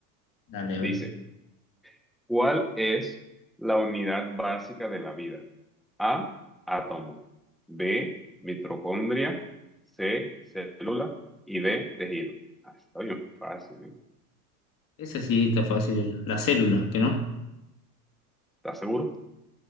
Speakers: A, on the left; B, in the centre.
A: Dale,
B: Dice.
A: a ver.
B: ¿Cuál es la unidad básica de la vida? A, átomo. B, mitocondria. C, célula. Y D, tejido. Ah, está bien fácil, ¿eh?
A: Ese sí está fácil, la célula, ¿qué no?
B: ¿Estás seguro?